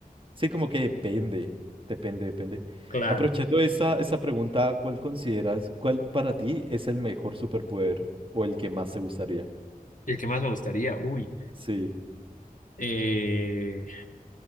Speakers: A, on the right; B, on the left.
A: Sí, como que depende, depende, depende.
B: claro.
A: Aprovechando esa, esa pregunta, ¿cuál consideras, cuál para ti es el mejor superpoder o el que más te gustaría?
B: El que más me gustaría, uy.
A: Sí,
B: Eh,